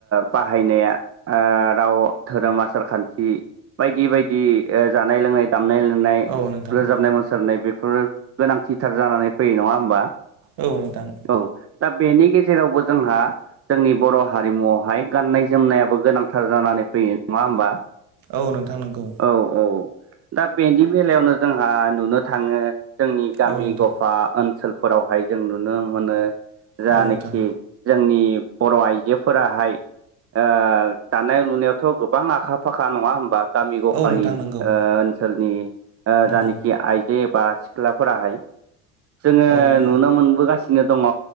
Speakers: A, on the right; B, on the right.
A: बाहायनाया ओ राव धोरोम आसार खान्थि- बायदि बायदि ओ जानाय लोंनाय- दामनाय देनाय
B: औ नोंथां
A: रोजाबनाय मुसुरनाय बेफोरो गोनांथिथार जानानै फैयो नङा होमबा
B: औ नोंथां।
A: औ दा बेनि गेजेरावबो जोंहा- जोंनि बर' हारिमुआवहाय गाननाय जोमनायाबो गोनांथार जानानै फैयो नङा होमबा।
B: औ नोंथां नंगौ।
A: औ औ दा बेनि बेलायावनो जोंहा नुनो थाङो जोंनि गामि
B: औ नोंथां
A: गफा ओनसोलफोरावहाय जों नुनो मोनो जानोखि
B: औ नोंथां
A: जोंनि बर' आइजोफोराहाय ओ दानाय लुनायावथ' गोबां आखा फाखा नङा होमबा गामि गफानि
B: औ नोंथां
A: ओ
B: नंगौ
A: ओनसोलनि ओ
B: नंगौ
A: जानोखि आइ जेबा सिख्लाफोराहाय जोङो
B: औ नंगौ
A: नुनो मोनबोगासिनो दङ'